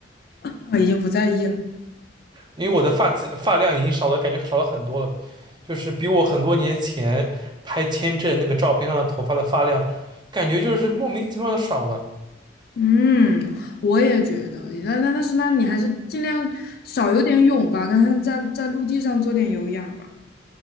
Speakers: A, on the left; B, on the right.
A: 啊，已经不在意了。
B: 因为我的发际发量已经少了，感觉少了很多了，就是比我很多年前拍签证那个照片上的头发的发量，感觉就是莫名其妙的少了。
A: 嗯，我也觉得，那那但是那你还是尽量少游点泳吧，跟他在在陆地上做点有氧吧。